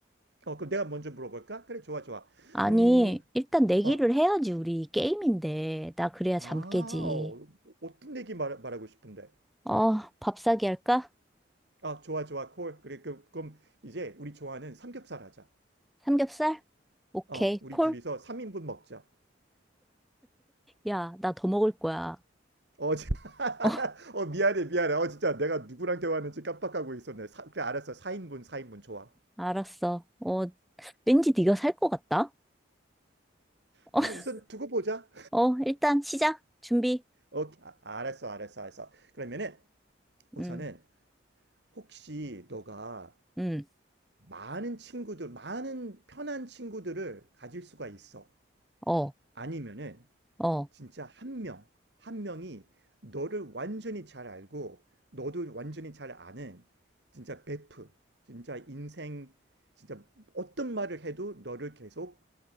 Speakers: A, on the right (about 65°); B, in the centre.
A: 어, 그럼 내가 먼저 물어볼까? 그래, 좋아, 좋아.
B: 아니,
A: 음,
B: 일단 내기를
A: 어,
B: 해야지, 우리 게임인데. 나 그래야
A: 아,
B: 잠 깨지.
A: 어, 어떤 얘기 말, 말하고 싶은데?
B: 어, 밥 사기 할까?
A: 아, 좋아, 좋아, 콜. 그래, 그, 그럼 이제 우리 좋아하는 삼겹살 하자.
B: 삼겹살? 오케이,
A: 어, 우리
B: 콜?
A: 둘이서 3인분 먹자.
B: 야, 나 더 먹을 거야.
A: 어, 자, <laughs>
B: <laughs>
A: 어, 미안해, 미안해. 어, 진짜 내가 누구랑 대화하는지 깜빡하고 있었네. 사- 그래, 알았어. 4인분, 4인분, 좋아.
B: 알았어. 어, 왠지 네가 살 것 같다. <laughs>
A: 아, 우선 두고 보자.
B: 어, 일단 시작. 준비.
A: 오케이, 아, 알았어, 알았어, 알았어. 그러면은 우선은
B: 음,
A: 혹시 너가
B: 음,
A: 많은 친구들, 많은 편한 친구들을 가질 수가 있어.
B: 어,
A: 아니면은
B: 어,
A: 진짜 한 명, 한 명이 너를 완전히 잘 알고 너도 완전히 잘 아는 진짜 베프, 진짜 인생, 진짜 어떤 말을 해도 너를 계속